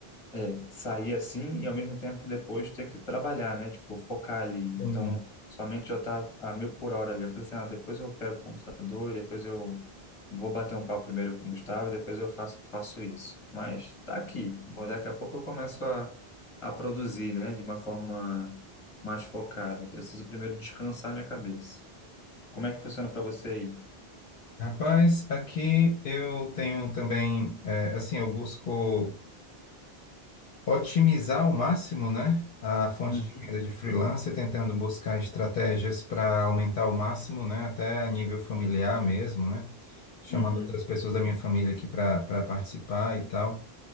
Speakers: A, on the left; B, on the left.
A: é, sair assim e ao mesmo tempo depois ter que trabalhar, né? Tipo, focar ali.
B: Sim.
A: Então, sua mente já tá a mil por hora ali. Eu falei assim, ah, depois eu pego o computador, e depois eu vou bater um papo primeiro com o Gustavo, e depois eu faço, faço isso. Mas tá aqui. Vou- Daqui a pouco eu começo a, a produzir, né? De uma forma mais focada. Preciso primeiro descansar minha cabeça. Como é que funciona para você aí?
B: Rapaz, aqui eu tenho também, é, assim, eu busco otimizar ao máximo, né, a fonte
A: Uhum,
B: de renda de freelancer, tentando buscar estratégias para aumentar ao máximo, né, até a nível familiar mesmo, né, chamando
A: uhum,
B: outras pessoas da minha família aqui para para participar e tal.